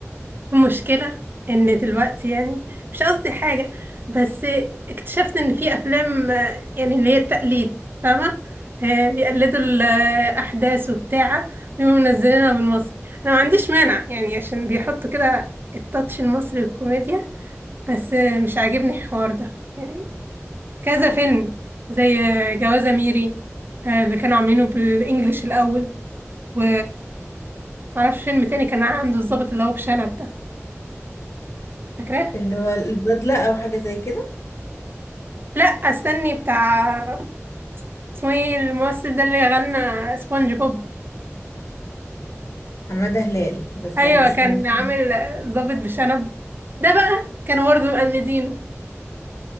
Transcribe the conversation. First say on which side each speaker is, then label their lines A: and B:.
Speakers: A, on the right (about 45°); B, on the left (about 70°).
A: المشكلة ان دلوقتي يعني مش قصدي حاجة بس اكتشفت ان في افلام آه، يعني اللي هي التقليد فاهمة آه، بيقلدوا الاحداث وبتاع ويقوموا منزلينها بالمصري انا ما عنديش مانع يعني عشان بيحطوا كده التاتش المصري والكوميديا بس آه، مش عاجبني الحوار ده يعني كذا فيلم زي آه، جوازة ميري آه، اللي كانوا عاملينه بالانجليش الاول و معرفش فيلم تاني كان عنده الضابط اللي هو بشنب ده فاكراه
B: اللي هو البدلة او حاجة زي كده
A: لا استني بتاع اسمه ايه الممثل ده اللي غنى سبونج بوب
B: حمادة هلال بس
A: ايوه
B: انا مش
A: كان
B: عارفة
A: عامل ضابط بشنب ده بقى كانوا برضه مقلدينه